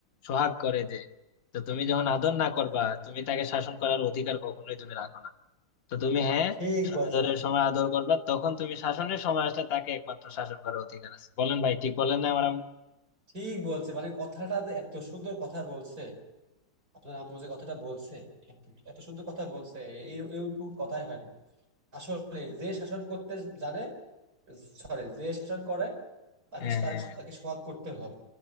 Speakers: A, on the left; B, on the right.
A: সোহাগ করে যে তো তুমি যখন আদর না
B: হ্যাঁ,
A: করবা তুমি তাকে শাসন করার অধিকার কখনোই তুমি রাখো না তো তুমি হ্যাঁ
B: ঠিক বলছেন
A: আদরের সময় আদর করবা তখন তুমি শাসনের সময় আসলে তাকে একমাত্র শাসন করার অধিকার আছে বলেন ভাই ঠিক বলেন না আমার আম্মু
B: ঠিক বলছে মানে কথাটা যে এত সুন্দর কথা বলছে আপনার আম্মু যে কথাটা বলছে এত এত সুন্দর কথা বলছে এই এরকম কথাই হয় না আসলে যে শাসন করতে জানে সরি যে শাসন করে তাকে
A: হ্যাঁ
B: তার
A: হ্যাঁ
B: তাকে সোহাগ করতে হবে